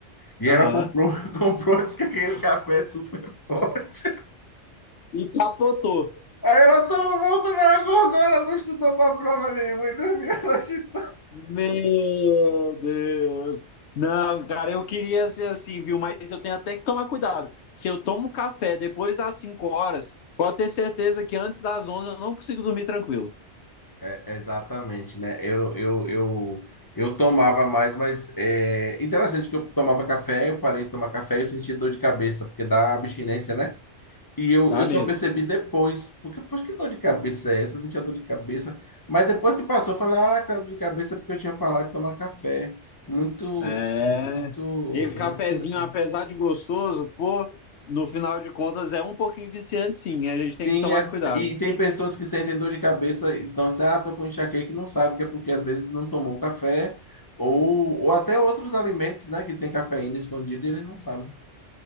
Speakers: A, on the left; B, on the left.
A: E
B: <laughs>
A: ela
B: Aham.
A: comprou, <laughs> comprou aquele café super forte.
B: E capotou.
A: Aí ela tomou, quando ela acordou, ela não estudou para a prova nenhuma e dormiu a noite
B: Meu Deus! Não, cara, eu queria ser assim, viu? Mas eu tenho até que tomar cuidado. Se eu tomo café depois das 5 horas, pode ter certeza que antes das 11 eu não consigo dormir tranquilo.
A: É, exatamente, né? Eu, eu, eu, eu tomava mais, mas é interessante que eu tomava café, eu parei de tomar café e eu senti dor de cabeça, porque dá abstinência, né? E eu,
B: Dá
A: eu
B: medo.
A: só percebi depois, porque eu falei, que dor de cabeça é essa? Eu sentia dor de cabeça. Mas depois que passou, eu falei, ah, que dor de cabeça é porque eu tinha parado de tomar café. Muito,
B: É.
A: muito,
B: E cafezinho,
A: muito interessante.
B: apesar de gostoso, pô, no final de contas é um pouquinho viciante, sim. A gente
A: Sim,
B: tem que tomar
A: as-
B: cuidado.
A: e tem pessoas que sentem dor de cabeça, então assim, ah, tô com enxaqueca e não sabe que é porque às vezes não tomou café ou, ou até outros alimentos, né, que tem cafeína escondida e ele não sabe.